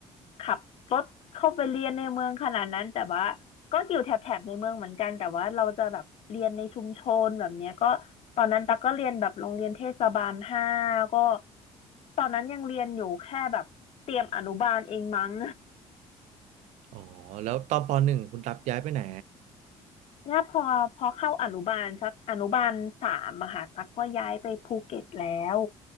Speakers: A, on the left; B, on the right.
A: ขับรถเข้าไปเรียนในเมืองขนาดนั้นแต่ว่าก็อยู่แถบแถบในเมืองเหมือนกันแต่ว่าเราจะแบบเรียนในชุมชนแบบเนี้ยก็ตอนนั้นตักก็เรียนแบบโรงเรียนเทศบาลห้าก็ตอนนั้นยังเรียนอยู่แค่แบบเตรียมอนุบาลเองมั้ง
B: อ๋อแล้วตอนปหนึ่งคุณตับย้ายไปไหน
A: ถ้าพอพอเข้าอนุบาลสักอนุบาลสามอะค่ะตักก็ย้ายไปภูเก็ตแล้ว